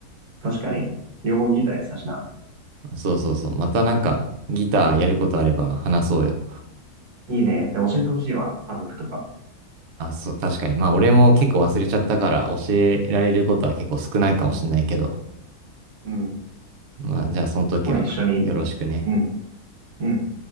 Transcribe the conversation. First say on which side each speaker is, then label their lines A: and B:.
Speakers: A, on the right; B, on the right.
A: 確かに。両方ギターやってたしな。
B: そうそうそう、またなんかギターやることあれば話そうよ。
A: いいね。で、教えてほしいわ。タブ譜とか。
B: あ、そう、確かに。まあ俺も結構忘れちゃったから教えられることは結構少ないかもしれないけど、
A: うん。
B: まあじゃあその時はよろしくね。
A: まあ一緒に。うん。うん。